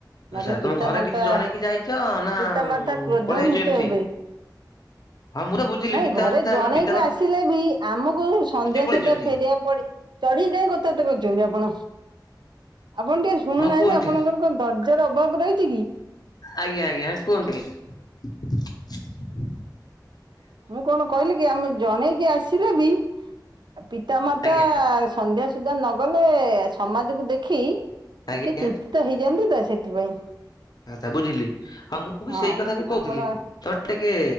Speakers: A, on the right; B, on the left.
A: ନହେଲେ
B: ଆଚ୍ଛା
A: ପିତାମାତା
B: ତମେ ଘରେ କିଛି ଜଣେଇକି ଯାଇଛ ନା
A: ପିତାମାତା କ୍ରୋଧାନ୍ୱିତ
B: ପଳେଇ ଯାଇଚ ଏମତି?
A: ହେବେ
B: ହଁ ମୁଁର ବୁଝିଲି
A: ନାଇଁ
B: ପିତା
A: ଘରେ
B: ଆତା
A: ଜଣେଇକି
B: ପି
A: ଆସିଲେ ବି ଆମକୁ ସନ୍ଧ୍ୟା
B: ପଳେଇଛନ୍ତି?
A: ସୁଦ୍ଧା ଫେରିବାକୁ ପଡି। ଚଢିକି କାଇଁ କଥାବାର୍ତ କରଚନ୍ତି ଆପଣ? ଆପଣ ଟିକେ ଶୁଣୁନାହାନ୍ତି।
B: ହଁ କୁହନ୍ତୁ
A: ଆପଣଙ୍କର କଣ ଧର୍ଜାର ଅଭାବ ରହିଛି କି?
B: ଆଜ୍ଞା ଆଜ୍ଞା କୁହନ୍ତୁଟିକେ।
A: ମୁଁ କଣ କହିଲିକି ଆମେ ଜଣେଇକି ଆସିଲେ ବି ପିତାମାତା
B: ଆଜ୍ଞା।
A: ସନ୍ଧ୍ୟା ସୁଦ୍ଧା ନଗଲେ ସମାଜକୁ ଦେଖି
B: ଆଜ୍ଞା
A: ଟିକେ ଚିନ୍ତିତ ହେଇଯାନ୍ତିତ ସେଥିପାଇଁ।
B: ଆଚ୍ଛା ବୁଝିଲି ଆଉ ମୁଁ ବି
A: ହଁ
B: ସେଇକଥା ବି କଉଥିଲି।
A: ଆପଣ
B: ତ ଟିକେ